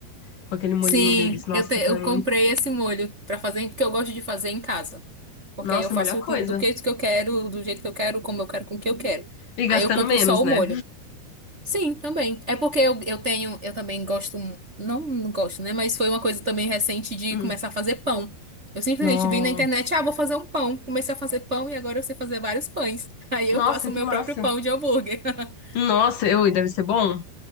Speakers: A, on the left; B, on the right.
A: com aquele molhinho
B: Sim,
A: deles. Nossa,
B: eu, te- eu
A: pra mim.
B: comprei esse molho pra fazer, porque eu gosto de fazer em casa. Porque
A: Nossa,
B: aí eu faço
A: a melhor coisa.
B: com- do jeito que eu quero, do jeito que eu quero, como eu quero, com o que eu quero.
A: E gastando
B: Aí eu compro
A: menos,
B: só
A: né?
B: o molho. Sim, também. É porque eu, eu tenho, eu também gosto, não, não gosto, né? Mas foi uma coisa também recente de
A: Hum.
B: começar a fazer pão. Eu simplesmente
A: No-
B: vi na internet, ah, vou fazer um pão. Comecei a fazer pão e agora eu sei fazer vários pães. <laughs> Aí eu
A: Nossa,
B: faço o
A: que
B: meu
A: massa.
B: próprio pão de hambúrguer. <laughs>
A: Nossa, eu, e deve ser bom.